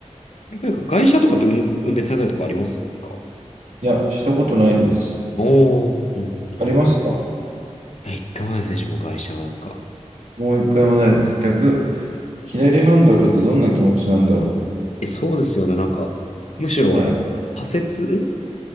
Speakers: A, on the left; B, on the right.
A: なんか、外車とかって運運転されたりとかありますか
B: いや、したことないです。
A: おー。うんうんうん
B: ありますか
A: うんえ、一回もないですね、自分も外車はなんか。
B: もう一回もないです。逆、左ハンドルってどんな気持ちなんだろ
A: え、そうですよね、なんか、むしろ、
B: う。はい。
A: 左折、ん